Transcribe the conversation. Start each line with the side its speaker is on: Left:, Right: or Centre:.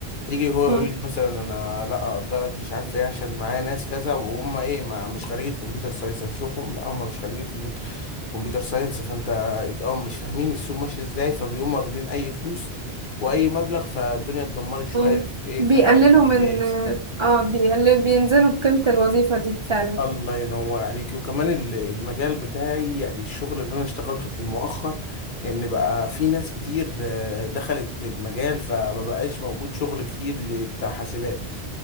Left: يجي هو يقول
Right: مم.
Left: لي مثلا انا لا اقدرك مش عارف ايه عشان معايا ناس كذا وهم ايه ما مش خريجة كمبيوتر ساينس اشوفهم لا هم مش خريجة كمبيوتر كمبيوتر ساينس فانت اه مش فاهمين السوق ماشي ازاي فبيقوموا واخدين اي فلوس واي مبلغ فالدنيا اتدمرت شويه
Right: مم.
Left: في ايه
Right: بيقللوا
Left: في حياتي العمليه
Right: من
Left: بس
Right: اه بيقلل بينزلوا بقيمة الوظيفة دي فعلا
Left: الله ينور عليك وكمان ال- المجال بتاعي يعني الشغل اللي انا اشتغلته في المؤخر ان بقى في ناس كتير آه، دخلت المجال فما بقاش موجود شغل كتير ل- بتاع حاسبات